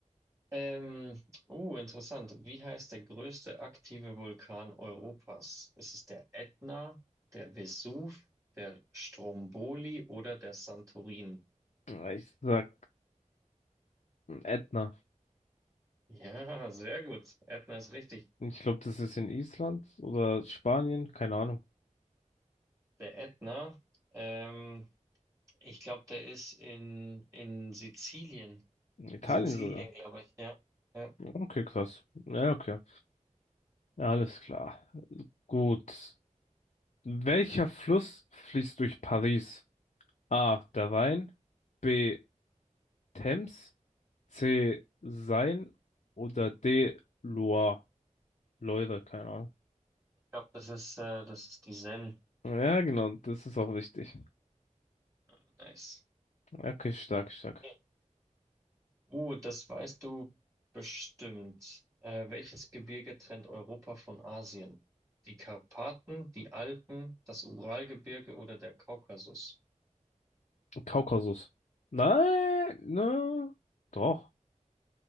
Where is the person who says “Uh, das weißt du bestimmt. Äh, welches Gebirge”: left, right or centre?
Right